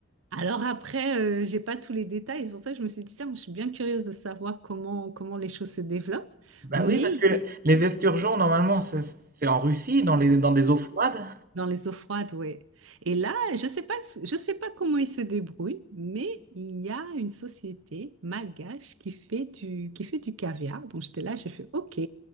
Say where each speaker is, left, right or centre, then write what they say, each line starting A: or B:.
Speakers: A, on the right; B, on the right.
A: Alors après, euh, j'ai pas tous les détails, c'est pour ça que je me suis dit, tiens, je suis bien curieuse de savoir comment, comment les choses se développent.
B: Bah
A: Mais,
B: oui, parce que les esturgeons, normalement, c'est c'est en Russie, dans les, dans des eaux froides.
A: Dans les eaux froides, oui. Et là, je sais pas, je sais pas comment ils se débrouillent, mais il y a une société malgache qui fait du, qui fait du caviar. Donc j'étais là, j'ai fait OK.